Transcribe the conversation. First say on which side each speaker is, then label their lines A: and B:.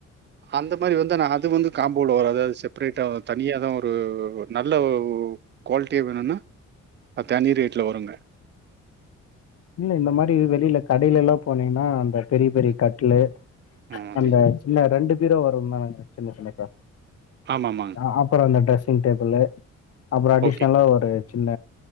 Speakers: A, on the right; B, on the left.
A: அந்த மாரி வந்து நா அது வந்து காம்போல வராது அது செப்பரேட்டா தனியாதா ஒரு நல்ல ஒ குவால்டியா வேணுனா அது தனி ரேட்ல வருங்க
B: இல்ல இந்த மாரி வெளியில கடைலலா போனீங்கனா அந்த பெரிய பெரிய
A: ம்
B: கட்லு
A: ஆமாங்
B: அந்த
A: ஜி
B: சின்ன ரெண்டு பீரோ வரும்ல சின்ன சின்னதா
A: ஆமா ஆமா
B: அ அப்றோ அந்த ட்ரஸிங் டேபுளு அப்றோ அடிஷ்னலா
A: ஓகே
B: ஒரு சின்ன